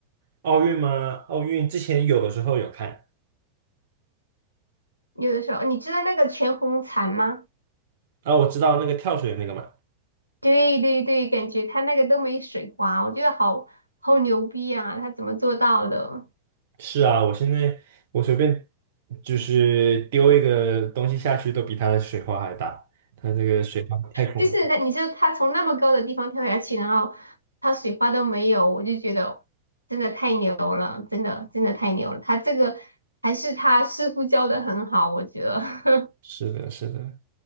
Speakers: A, on the right (about 55°); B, on the left (about 85°).
A: 奥运吗？奥运之前有的时候有看，
B: 有的时候，你知道那个全红婵吗？
A: 啊，我知道那个跳水那个嘛，
B: 对对对，感觉他那个都没水花，我觉得好好牛逼啊，他怎么做到的？
A: 是啊，我现在我随便就是丢一个东西下去，都比它的水花还大。它这个水花太恐怖了
B: 就是那你说他从那么高的地方跳下去，然后他水花都没有，我就觉得真的太牛了，真的真的太牛了。他这个还是他师傅教的很好，我觉得 <laughs>
A: 是的，是的，